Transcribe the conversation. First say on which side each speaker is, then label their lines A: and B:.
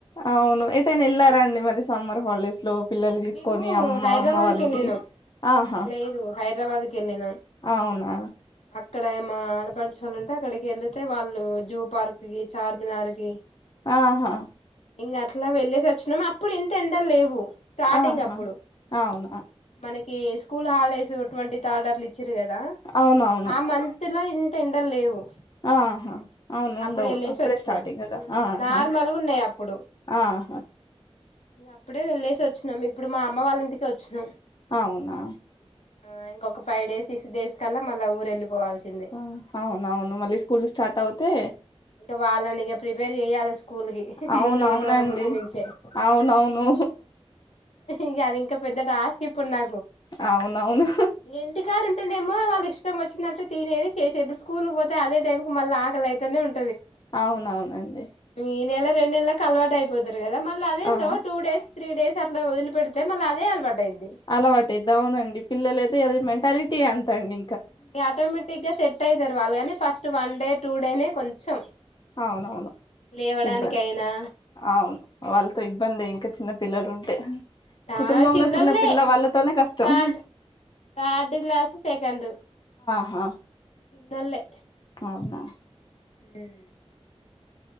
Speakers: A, on the left (about 45°); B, on the left (about 85°).
A: అవును ఏతేన్ ఎలారండి మరి సమ్మర్ హాలిడేస్ లో పిల్లలని తీసుకొని
B: మేము
A: అమ్మ
B: హైదరాబాద్
A: అమ్మ వాళ్ళ
B: కి వెళ్ళినాం
A: ఇంటికి ఆహా
B: లేదు హైదరాబాద్ కెళ్ళినం
A: అవునా
B: అక్కడ మ ఆడపడచు చాలంటే అక్కడికి వెళితే వాళ్ళు జూ పార్క్ కి చార్మినార్ కి
A: ఆహా
B: ఇంకా అట్లా వెళ్లేేసి వచ్చినాము అప్పుడు ఎంత ఎండలు లేవు స్టాటింగ్
A: ఆహా
B: అప్పుడు
A: అవునా
B: మనకి కి స్కూల్ హాలిడేస్ ట్వంటితాడ్ అట్ల ఇచ్చి ఇచ్చిరు కదా
A: అవునవును
B: ఆ మంత్ ఇలై తిండల్ లేవు
A: ఆహా అవునుండవు
B: అప్పుడు వెళ్ళేసి
A: అప్పుడే
B: వచ్చినాం
A: స్టార్టింగ్ కదా ఆహా
B: నార్మల్గా ఉన్నాయి అప్పుడు
A: ఆహా
B: అప్పుడే వెళ్లేేసి వచ్చినం ఇప్పుడు మా అమ్మ వాళ్ళ ఇంటికి వచ్చినాం
A: అవునా
B: ఆ ఇంకొక ఫైవ్ డేస్ సిక్స్ డేస్ కల్లా మళ్ళా ఊరు వెళ్ళిపోవాల్సిందే
A: ఆ అవునవును మళ్ళీ స్కూల్ స్టార్ట్ అవుతే
B: ఇంకా వాళ్ళని ఇక ప్రిపేర్ చేయ్యాలి స్కూల్ కి
A: అవునవునండి
B: ముందు రెండు రోజుల ముందు నుంచే
A: అవునవును
B: ఇక అది ఇంకా పెద్దటార్ ఇప్పుడు నా
A: అవునవును
B: ఇంటి కాడుంటేనేమో వాళ్ళ ఇష్టం ఏమ్ వచ్చినట్టు తినేది చేసే ఇప్పుడు స్కూల్ కి పోతే అదే టైంకి మళ్ళీ ఆకలై అట్లనే ఉం
A: అవునవునండి
B: ఈ నెల రెండు నెలకి అలవాట అయిపోతారు ద మళ్ళీ అదేందో
A: అవును
B: టూ డేస్ త్రీడేస్ అట్లా వదిలి పెడితే మళ అదే అలవాటు అయిద్ది
A: అలవాటు అయింది అవునండి పిల్లల అయితే అది ఏదిమ్మంటే అదితి అంతండి
B: ఆటోమేటిక్ గా సెట్ అయితారు వాళ్ళుగని first one day two డేనే కొంచెం
A: అవునవును
B: లేవడానికైనా
A: ఇబ్బంది అవును వాళ్ళతో ఇబ్బంది ఇంకా చిన్న పిల్లలు ఉంటే
B: ఆ
A: కుటుంబంలో
B: చిన్నోల్లే
A: చిన్న పిల్ల వాళ్ళతోనే కష్టం
B: తార్డ్ తార్డ్ క్లాస్ సేకండు
A: ఆ
B: న్నోల్లే
A: అవునా
B: హ్మ్